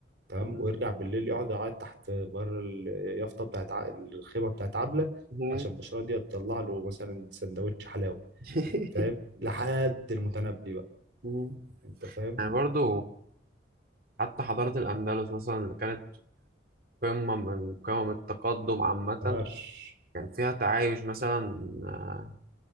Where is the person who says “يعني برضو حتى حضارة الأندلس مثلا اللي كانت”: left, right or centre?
Right